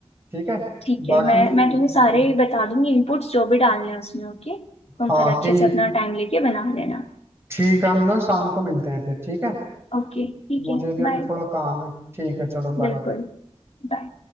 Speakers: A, on the right; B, on the left.
A: ठीक है
B: ठीक
A: बाकी
B: है मैं मैं
A: ब-
B: तुम्हें सारे बता दूंगी इनपुट्स जो भी डालने हैं उसमें ओके तुम
A: हाँ
B: फिर अच्छे
A: ठीक
B: से अपना टाइम लेके बना लेना
A: ठीक है हम ना शाम को मिलते हैं फिर ठीक है
B: ओके ठीक
A: मुझे
B: है
A: भी अभी
B: बाय
A: थोड़ा काम है ठीक है चलो
B: बिल्कुल
A: बाय
B: बाय